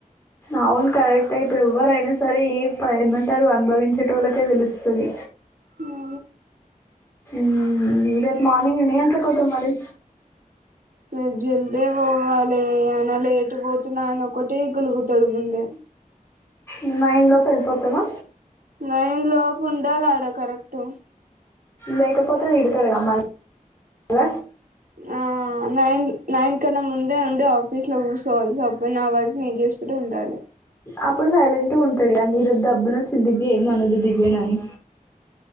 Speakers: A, on the left (about 15°); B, on the right (about 80°).
A: అవును కరెక్టే ఇప్పుడు ఎవ్వరైనా సరే ఏ ప ఏమంటారు అనుభవించేటోళ్ళకే తెలుస్తది
B: ఉ
A: మ్ రేపు మార్నింగ్ ఎన్ని గంటలకు పోతావ్ మరి
B: రేప్ జల్దే పోవాలే అనా లేటు పోతున్నా అని ఒక్కటే గలుగుతాడు ముందే
A: ఉ నైన్ లోప్ ఎళ్ళిపోతవా
B: నైన్ లోపు ఉండాలాడా కరెక్ట్
A: లేేకపోతే తిడుతడుగా మల్ల
B: ఆ ఆ నైన్ నైన్ కన్నా ముందే ఉండి ఆఫీస్ లో కుసోవాలి సో అప్పుడు నా వర్క్ నేను చేసుకుంటే ఉండాలి
A: అప్పుడు సైలెంట్ గా ఉంటాడు ఇగ ఈ రోజు దబ్బున వచ్చింది దివ్య ఏమనడు దివ్య నని